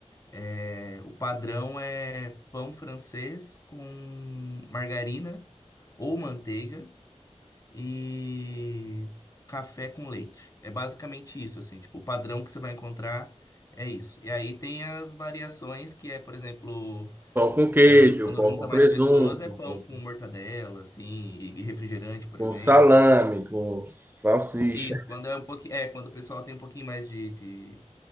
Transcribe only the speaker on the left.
é, o padrão é pão francês com margarina ou manteiga e café com leite. É basicamente isso, assim, tipo, o padrão que você vai encontrar é isso. E aí tem as variações que é, por exemplo.
Quando
junta
mais
pessoas, é pão
com mortadela, assim, e e refrigerante, por
exemplo.
Isso, quando é um pouquinho, é, quando o pessoal tem um pouquinho mais de, de,